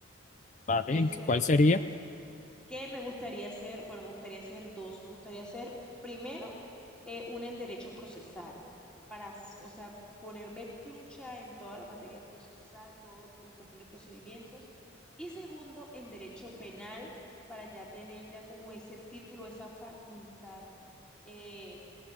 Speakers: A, on the left; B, in the centre.
A: vale,
B: Eso es,
A: ¿cuál sería?
B: es que me gustaría hacer, bueno, me gustaría hacer dos, me gustaría hacer primero eh, una en derecho procesal, para, s- o sea, ponerme trucha en toda la materia procesal, todo en cuestión de procedimientos, y segundo en derecho penal, para ya tener ya como ese título, esa facultad eh,